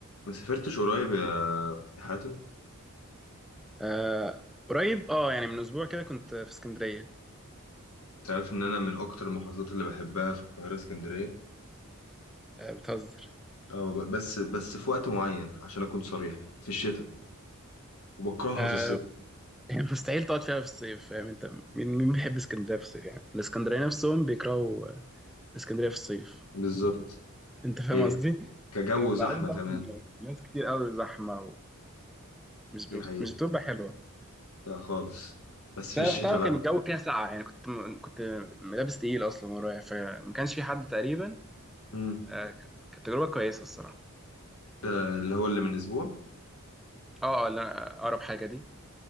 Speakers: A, on the left (about 75°); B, in the centre.
A: ما سافرتش قريب يا يا حاتم
B: آه قريب اه يعني من اسبوع كده كنت في اسكندريه
A: تعرف ان انا من اكتر المحافظات اللي بحبها في القاهره اسكندريه
B: آه بتهزر
A: اه ب- بس بس في وقت معين عشان اكون صريح في الشتاء وبكرهها
B: آه
A: في الصيف
B: يعني مستحيل تقعد فيها في الصيف فاهم انت مين مين بيحب اسكندريه في الصيف يعني الاسكندريه نفسهم بيكرهوا آه، اسكندريه في الصيف
A: بالظبط
B: انت فاهم
A: ايه
B: قصدي؟
A: كجو
B: يبقى
A: وزحمه
B: عامل ضغط
A: كمان
B: من ناس كتير قوي زحمه ومش
A: دي
B: ب...
A: حقيقه
B: مش بتبقى حلوه
A: لا خالص بس في
B: انا
A: الشتاء
B: رحتها وكان
A: بقى
B: الجو فيها ساقعه يعني كنت م... كنت لابس تقيل اصلا وانا رايح فما كانش في حد تقريبا
A: مم.
B: آه ك- كانت تجربه كويسه الصراحه
A: ده اللي هو اللي من اسبوع
B: اه اه لا، اقرب حاجه دي